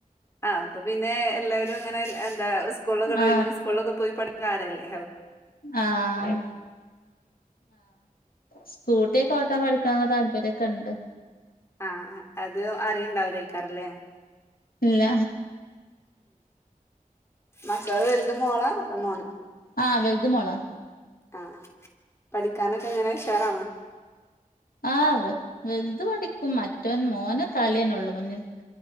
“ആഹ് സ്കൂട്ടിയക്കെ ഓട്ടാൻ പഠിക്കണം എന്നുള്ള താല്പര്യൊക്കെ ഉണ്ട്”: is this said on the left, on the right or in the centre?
Left